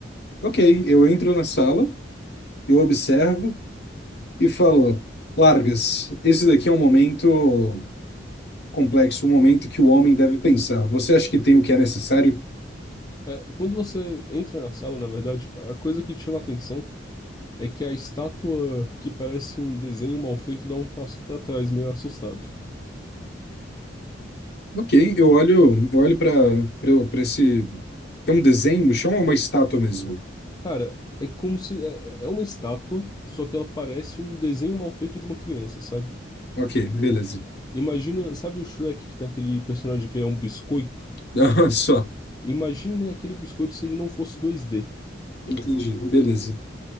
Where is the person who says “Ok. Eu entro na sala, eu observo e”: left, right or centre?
Left